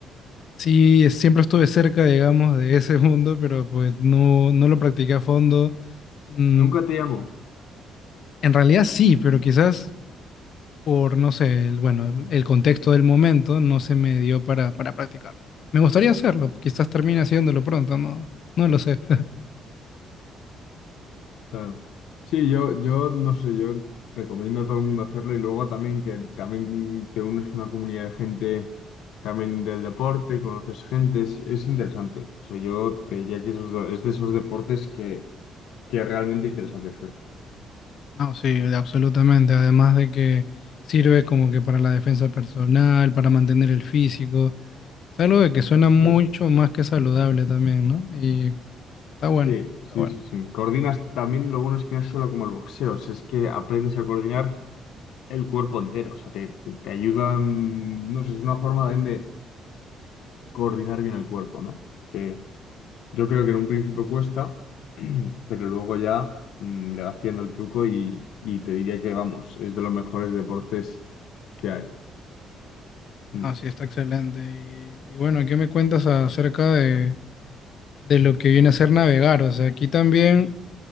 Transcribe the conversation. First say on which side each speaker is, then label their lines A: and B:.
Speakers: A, on the left; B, on the left.
A: sí, es- siempre estuve cerca, digamos, de ese mundo, pero pues no, no lo practiqué a fondo. Mm,
B: Nunca te llamo.
A: en realidad sí, pero quizás por, no sé, el- bueno, el el contexto del momento no se me dio para, para practicarlo. Me gustaría hacerlo, quizás termine haciéndolo pronto, no, no lo sé. <laughs>
B: Claro. Sí, yo, yo no sé, yo recomiendo a todo el mundo hacerlo y luego también que también te unes a una comunidad de gente también del deporte, conoces gente, es, es interesante. O sea, yo te diría que esos do- es de esos deportes que, que es realmente interesante hacer.
A: No, sí, absolutamente. Además de que sirve como que para la defensa personal, para mantener el físico. Es algo de que suena mucho
B: Sí.
A: más que saludable también, ¿no? Y está bueno,
B: Sí,
A: está
B: sí,
A: bueno.
B: sí, sí. Coordinas también, lo bueno es que no es solo como el boxeo, o sea, es que aprendes a coordinar el cuerpo entero, o sea, te, te te ayuda, mm, no sé, es una forma también de coordinar bien el cuerpo, ¿no? Que, Yo creo que en un principio cuesta, <clears throat> pero luego ya mm, le vas pillando el truco y, y te diría que, vamos, es de los mejores deportes que hay.
A: No,
B: Mm.
A: sí, está excelente. Y, y bueno, ¿qué me cuentas acerca de, de lo que viene a ser navegar? O sea, aquí también